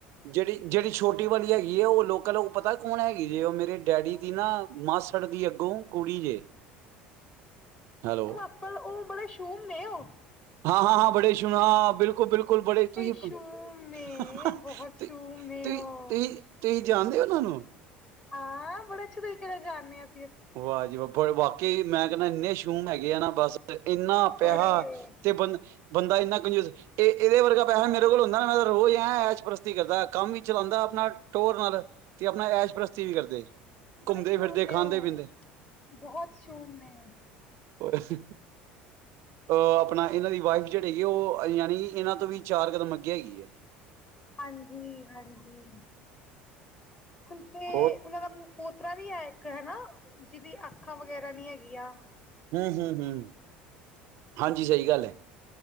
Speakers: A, on the right; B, on the left.
A: ਜੇੜੀ ਜੇੜੀ ਛੋਟੀ ਵਾਲੀ ਹੈਗੀ ਐਂ, ਔ ਲੋਕਲ ਔ ਪਤਾ ਕੌਣ ਹੈਗੀ ਜੇ ਔ ਮੇਰੇ ਡੈਡੀ
B: ਕੌਣ
A: ਦੀ ਨਾ ਮਾਸੜ ਦੀ ਅੱਗੋਂ ਕੁੜੀ ਜੇ। ਹੈਲੋ
B: ਚਲਾਕਣ ਔ ਬੜੇ ਸ਼ ਛੂਮ ਨੇ ਓ।
A: ਹਾਂ ਹਾਂ ਹਾਂ, ਬੜੇ ਸੁ਼ਮ ਹਾਂ ਬਿਲਕੁਲ ਬਿਲਕੁਲ ਬੜੇ ਤੁਸੀ
B: ਸ਼ੂਮ
A: ਤੁਈ-ਤੁਈ-ਤੁਈ-ਤੁਈ
B: ਨੇ ਬਹੁਤ ਸ਼ੂਮ ਨੇ ਉਹ।
A: ਜਾਣਦੇ ਹੋ ਔਨਾਂ ਨੂੰ?
B: ਹਾਂ, ਬੜੇ ਅਛੇ ਤਰੀਕੇ ਨਾਲ ਜਾਣ ਨੀ ਆਂ।
A: ਵਾਹ ਜੀ ਵਾਹ ਪਰ ਬਾਕੀ ਮੈਂ ਕੈੰਣਾ ਇੰਨੇ ਸ਼ੂਮ ਹੈਗੇ ਆ ਨਾ ਬਸ ਇੰਨਾ ਪੈਹਾ
B: ਬੜੇ
A: ਤੇ ਬੰ ਬੰਦਾ ਇੰਨਾ ਕੰਜਊਸ ਏ ਏਦੇ ਵਰਗਾ ਪੈਸਾ ਮੇਰੇ ਕੋਲ ਹੁੰਦਾ ਨਾ ਮੈਂ ਤਾਂ ਰੋਜ਼ ਐ ਐਸ਼ ਪ੍ਰਸਤੀ ਕਰਦਾ ਕੰਮ ਵੀ ਚਲਾਂਦਾ ਅਪਣਾ ਟੋਰ ਨਾਲ। ਤੇ ਅਪਣਾ ਐਸ਼ ਪ੍ਰਸਤੀ ਵੀ ਕਰਦੇ
B: ਬੜੇ
A: ਘੁੰਮਦੇ
B: ਸ਼ੋਮ
A: ਫਿਰਦੇ
B: ਨੇ
A: ਖਾਂਦੇ
B: ਉਹ
A: ਪੀਂਦੇ।
B: ਬਹੁਤ ਸੂ਼ਮ ਨੇ
A: ਔਏ ਹਹ, ਅਹ ਅਪਣਾ ਇਨਾਂ ਦੀ ਵਾਈਫ ਜੇੜੇ ਹੈਗੀ ਔ ਯਾਨੀ ਇਨਾਂ ਤੋਂ ਵੀ ਚਾਰ ਕਦਮ ਅੱਗੇ ਹੈਗੀ ਏ।
B: ਹਾਂਜੀ ਹਾਂਜੀ। ਹੁਣ ਤੇ
A: ਹੋਰ
B: ਉਨਾਂ ਦਾ ਮੁ ਪੋਤ ਪੋਤਰਾ ਵੀ ਹੈ ਇਕ ਹੈਨਾ। ਜਿਦੀ ਅੱਖਾਂ ਵਗੈਰਾ ਨ੍ਹੀਂ ਹੈਗ ਕੀ ਯਾ
A: ਹਮ-ਹਮ, ਹਮ ਹਾਂਜੀ ਸਹੀ ਗੱਲ ਹੈ।